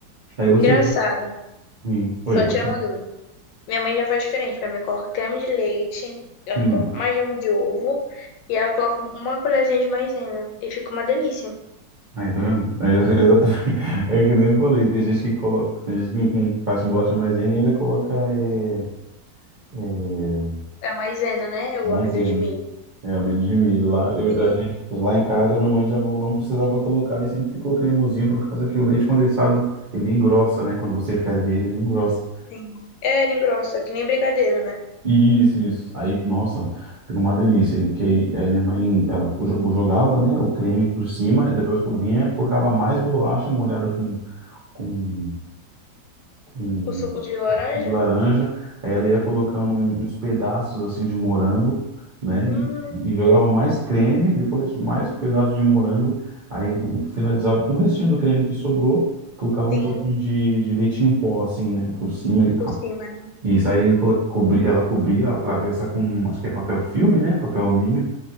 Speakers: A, on the right; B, on the left.
A: Aí você
B: Engraçado,
A: Sim. Oi,
B: só
A: pode
B: tirar
A: falar.
B: uma dúvida. Minha mãe já faz diferente. Minha mãe coloca creme de leite, ela
A: Hum.
B: coloca uma gema de ovo e ela coloca uma colherzinha de maisena. E fica uma delícia.
A: Aí, tá vendo? É, exata- <laughs> é que nem eu falei, tem gente que coloca, tem gente que com- faz bolacha maisena e ainda coloca é, é,
B: É a maisena, né? É
A: maisena.
B: o amido de milho.
A: É, amido de milho. Lá, eu,
B: Sim,
A: a gente, lá em casa, minha mãe já não, não precisava colocar e sempre ficou cremosinho por causa que o leite condensado, ele engrossa, né? Quando você ferve ele, ele engrossa.
B: sim. É, ele engrossa, que nem brigadeiro, né?
A: Isso, isso. Aí, nossa, fica uma delícia. E que, aí minha mãe, ela jo- jogava, né, o creme por cima, e depois que eu vinha, colocava mais bolacha molhada com com, com
B: O suco de laranja?
A: de laranja, aí ela ia colocando um- uns pedaços assim de morango, né?
B: Hum,
A: E, e jogava mais creme, depois mais pedaço de morango, aí o- finalizava com o restinho do creme que sobrou, colocava
B: sim,
A: um pouquinho de, de leite em pó assim, né? Por cima e
B: por
A: ah,
B: cima. né?
A: isso aí colo- cobri, ela cobria a travessa com, acho que é papel filme, né? Papel alumínio.